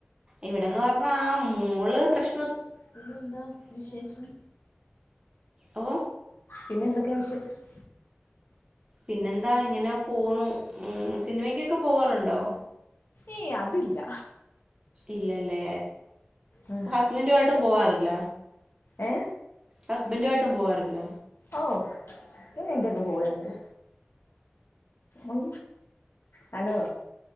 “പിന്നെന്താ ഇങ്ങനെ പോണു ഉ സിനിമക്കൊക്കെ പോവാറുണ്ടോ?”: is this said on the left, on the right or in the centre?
Right